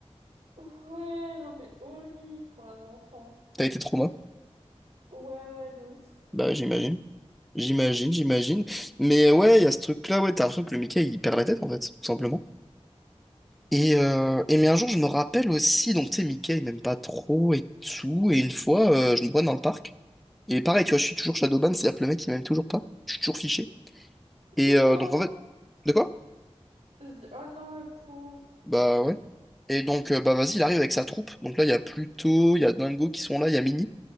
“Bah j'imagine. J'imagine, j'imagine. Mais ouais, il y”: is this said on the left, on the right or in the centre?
Centre